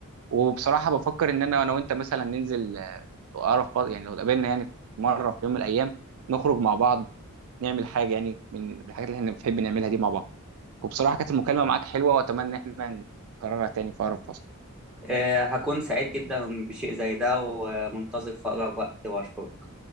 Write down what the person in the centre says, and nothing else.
آه، هكون سعيد جدا بشيء زي ده ومنتظر في أقرب وقت وأشكرك.